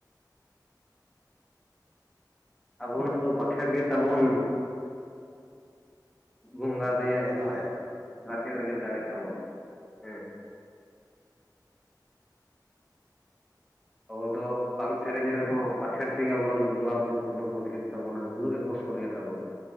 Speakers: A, in the centre; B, on the right.
A: ᱟᱵᱚᱱᱟᱜ ᱫᱚ ᱵᱟᱸᱠᱷᱮᱬ ᱜᱮ ᱛᱟᱵᱚᱱ ᱵᱚᱸᱜᱟ
B: ᱵᱟᱠᱷᱟᱱ
A: ᱫᱚᱭᱟ
B: ᱨᱮᱜᱮ
A: ᱵᱚᱸᱜᱟ
B: ᱫᱟᱲᱮ
A: ᱵᱟᱠᱷᱬ ᱨᱮᱜᱮ ᱫᱟᱲᱮ ᱛᱟᱵᱚᱱ ᱦᱮᱸ ᱟᱵᱚ ᱫᱚ ᱵᱟᱝ ᱥᱮᱨᱮᱧ ᱨᱮᱦᱚᱸ ᱯᱟᱷᱮᱬ ᱛᱮᱜᱮ ᱟᱵᱚ ᱨᱮᱱ ᱫᱚ ᱵᱚᱸᱜᱟ ᱵᱩᱨᱩ ᱠᱚᱫᱚ ᱠᱚ ᱦᱤᱡᱩᱜ ᱛᱟᱵᱚᱱᱟ ᱱᱩᱱᱟᱹᱜ ᱜᱮᱠᱚ ᱥᱫ ᱜᱮ ᱛᱟᱵᱚᱱᱟ